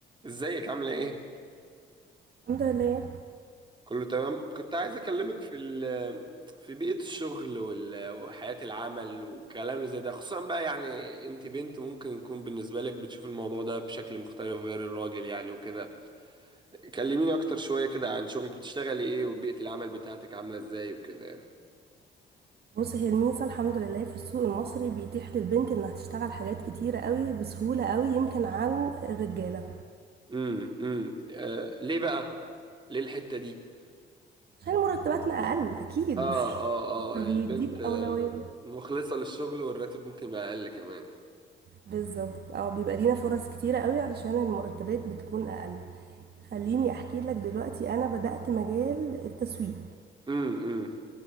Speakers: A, on the right; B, on the right.
A: ازيك عاملة ايه؟
B: الحمد لله
A: كله تمام؟ كنت عايز اكلمك في ال في بيئة الشغل وال- وحياة العمل والكلام اللي زي ده خصوصا بقى يعني انت بنت ممكن يكون بالنسبة لك بتشوف الموضوع ده بشكل مختلف غير الراجل يعني وكده كلميني اكتر شوية كده عن شغلك بتشتغلي ايه وبيئة العمل بتاعتك عاملة ازاي وكده يعني
B: بص هي الميزة الحمد لله في السوق المصري بيتيح للبنت انها تشتغل حاجات كتيرة قوي بسهولة قوي يمكن عن الرجالة
A: امم امم آه ليه بقى؟ ليه الحتة دي؟
B: عشان مرتباتنا اقل اكيد
A: اه اه
B: <laughs> فبيديك
A: اه البنت آه،
B: اولوية
A: مخلصة للشغل والراتب ممكن يبقى اقل كمان
B: بالظبط اه بيبقى لينا فرص كتيرة قوي علشان المرتبات بتكون اقل خليني احكي لك دلوقتي انا بدأت مجال التسويق
A: امم